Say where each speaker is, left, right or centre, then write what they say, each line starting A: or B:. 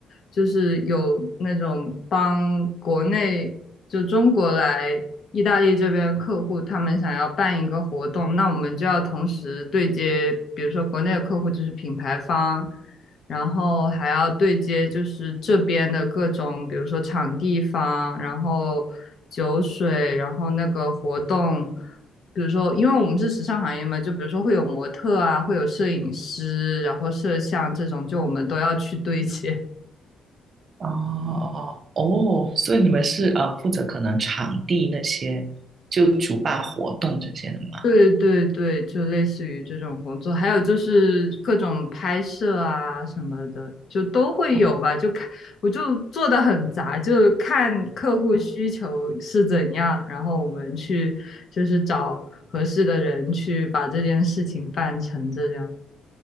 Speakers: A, on the left (about 55°); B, on the right (about 45°).
A: 就是有那种帮国内就中国来意大利这边的客户，他们想要办一个活动，那我们就要同时对接，比如说国内的客户就是品牌方，然后还要对接就是这边的各种，比如说场地方，然后酒水，然后那个活动，比如说，因为我们是时尚行业嘛，就比如说会有模特啊，会有摄影师，然后摄像这种，就我们都要去对接。
B: 哦哦哦，所以你们是呃负责可能场地那些，就主办活动这些的吗？
A: 对对对，就类似于这种工作，还有就是各种拍摄啊什么的，就都会有吧。
B: 哦
A: 就看，我就做的很杂，就看客户需求是怎样，
B: 哦，
A: 然后我们去就是找合适的人去把这件事情办成这样。